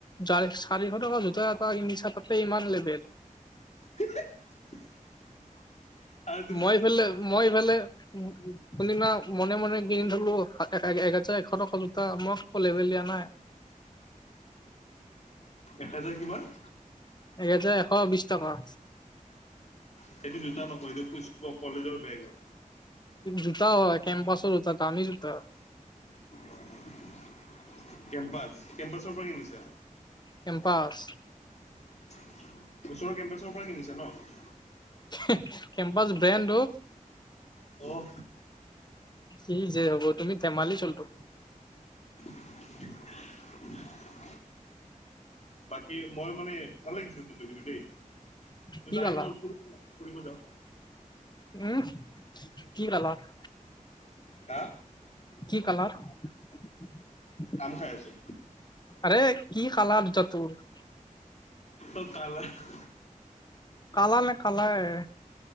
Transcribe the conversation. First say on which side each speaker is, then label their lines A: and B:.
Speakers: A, on the left; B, on the left.
A: চাৰিশ টকা জোতা এটা কিনিছা তাতে ইমান লেবেল।
B: <unintelligible> আৰু তুমি
A: মই ইফালে মই ইফালে <unintelligible> মনে মনে কিনি থলো, এক হাজাৰ-এশ টকা জোতা মই আক লেবেল দিয়া নাই।
B: একহাজাৰ কিমান?
A: এহেজাৰ এশ বিছ টকা।
B: সেইটো জোতা নকয়, <unintelligible> সেইটো কলেজৰ বেগ হয়।
A: জোতা হয়, কেম্পাছৰ জোতা--দামী জোতা।
B: <unintelligible> কেম্পাছ-কেম্পাছৰ পৰা কিনিছা?
A: কেম্পাছ
B: ওচৰৰ কেম্পাছৰ পৰাই কিনিছা ন'?
A: হুহ কেম্পাছ ব্ৰেণ্ডটো।
B: অহ।
A: কি যে হ'ব! তুমি ধেমালি চলতো
B: <inaudible> বাকী মই মানে ভাল লাগিছিল টো কিন্তু দেই জোতা
A: কি কালাৰ
B: আহি গল, ফুৰ-ফুৰিব যাওঁ।
A: উমহ, কি কালাৰ?
B: হা?
A: কি কালাৰ? <unintelligible>
B: আম খাই আছো
A: আৰে কি কালাৰ জোতাটোৰ? <unintelligible>
B: অঁ কালাৰ <unintelligible>
A: কালা নে কালাৰ? <unintelligible>